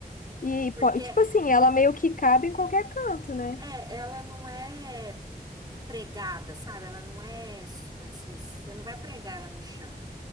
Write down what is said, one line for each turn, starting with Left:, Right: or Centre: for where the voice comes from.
Left: E,
Right: Porque
Left: po- e, tipo assim, ela meio que cabe em qualquer canto, né?
Right: é, ela não é pregada, sabe? Ela não é assim, você não vai pregar ela no chão.